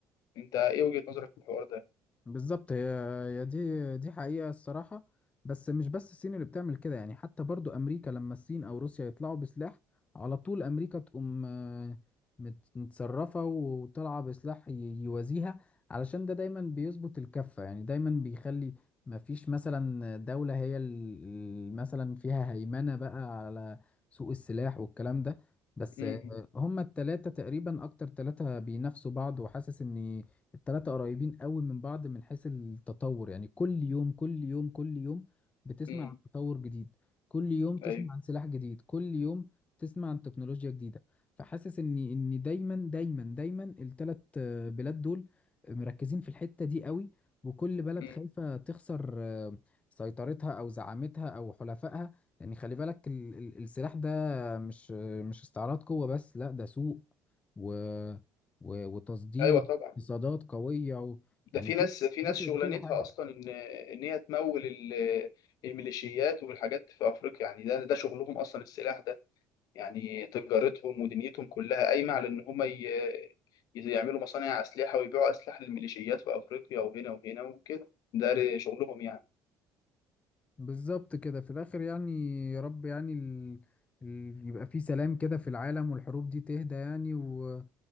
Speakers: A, on the left; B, on the left.
A: انت ايه وجهه نظرك في الحوار ده؟
B: بالظبط هي هي دي دي حقيقة الصراحة بس مش بس الصين اللي بتعمل كده يعني حتى برضو أمريكا لما الصين أو روسيا يطلعوا بسلاح على طول أمريكا تقوم آه، مت- متصرفة وطالعة بسلاح ي- يوازيها علشان ده دايما بيظبط الكفة يعني دايما بيخلي مفيش مثلا دولة هي ال- ال- مثلا فيها هيمنة بقى على سوق السلاح والكلام ده بس
A: امم
B: آه، هما التلاتة تقريبا أكتر تلاتة بينافسوا بعض وحاسس إن التلاتة قريبين قوي من بعض من حيث التطور يعني كل يوم كل يوم كل يوم بتسمع
A: امم
B: عن تطور جديد كل يوم تسمع
A: ايوه
B: عن سلاح جديد كل يوم تسمع عن تكنولوجيا جديدة فحاسس ان ان دايما دايما دايما التلات آه، بلاد دول مركزين في الحتة دي قوي وكل بلد
A: مم.
B: خايفة تخسر آه، سيطرتها او زعامتها او حلفائها يعني خلي بالك ال- ال- السلاح ده مش مش استعراض قوة بس لا ده سوق و و- وتصدير
A: ايوه طبعا
B: اقتصادات قوية و...
A: ده
B: يعني
A: في
B: بي-
A: ناس في
B: بيفرق
A: ناس شغلانتها
B: في كل حاجة
A: اصلا ان ان هي تمول ال- الميليشيات والحاجات في افريقيا يعني ده ده شغلهم اصلا السلاح ده يعني تجارتهم ودنيتهم كلها قايمه على ان هم ي- يعملوا مصانع اسلحه ويبيعوا اسلحه للميليشيات في افريقيا وهنا وهنا وكده ده ر- شغلهم يعني
B: بالظبط كده في الآخر يعني يا رب يعني ال... ال... يبقى في سلام كده في العالم والحروب دي تهدى يعني و...